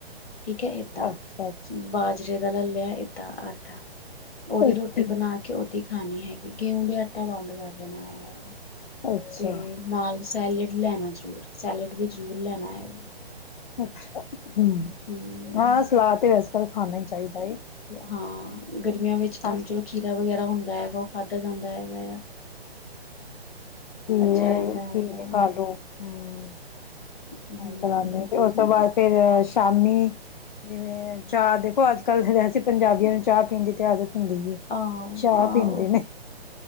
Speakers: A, on the left; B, on the left.
A: ਠੀਕ ਹੈ ਏਦਾਂ
B: ਅੱਛਾ ਅੱਛਾ
A: ਬਾਜਰੇ ਦਾ ਲੇ ਲਿਆ ਲਿਆ ਏਦਾਂ ਆਟਾ ਉਹਦੀ
B: ਅੱਛਾ
A: ਰੋਟੀ ਬਣਾ ਕੇ ਉਹ ਖਾਣੀ ਹੈਗੀ ਗੇਹੂ ਦੇ ਆਟਾ ਬੰਦ ਕਰ ਦੇਣਾ ਹੈਗਾ ਆ
B: ਅੱਛਾ
A: ਤੇ ਨਾਲ ਸੈਲੇਡ ਲੈਣਾ ਜ਼ਰੂਰ ਸੈਲੇਡ ਵੀ ਜ਼ਰੂਰ ਲੈਣਾ ਹੈਗਾ
B: ਅੱਛਾ ਹਮ
A: ਹੂੰ।
B: ਹਾਂ ਸਲਾਦ ਤੇ ਐੱਸ ਤਰ੍ਹਾਂ ਵੀ ਖਾਣਾ ਹੀ ਚਾਹੀਦਾ ਏ
A: ਹਾਂ ਗਰਮੀਆਂ ਵਿੱਚ ਤਾਂ
B: ਅੱਛਾ
A: ਚਲੋ ਖੀਰਾ ਵਗੈਰਾ ਹੁੰਦਾ ਦਾ ਹੈਗਾ ਉਹ ਖਾਧਾ ਜਾਂਦਾ ਹੈਗਾ ਆ
B: ਖੀਰੇ
A: ਅੱਛਾ ਰਹਿੰਦਾ
B: ਖੀਰੇ
A: ਹੈਗਾ
B: ਖਾਾਲੋ
A: ਆ
B: ਹਮ
A: ਹੂੰ
B: ਕਰਉਦੇ ਆ ਤੇ ਉਸ ਤੋਂ
A: ਠੀਕ
B: ਬਾਅਦ ਫੇਰ ਸ਼ਾਮੀ ਜਿਵੇਂ ਚਾਹਅ ਦੇਖੋ ਅੱਜ ਕੱਲ ਵੈਸੇ ਪੰਜਾਬੀਆਂ ਨੂੰ ਚਾਹ ਪੀਣ ਦੀ ਤੇ ਆਦਤ ਹੁੰਦੀ ਏ
A: ਆਹੋ
B: ਚਾਹ
A: ਆਹੋ
B: ਪੀਂਦੇ ਨੇ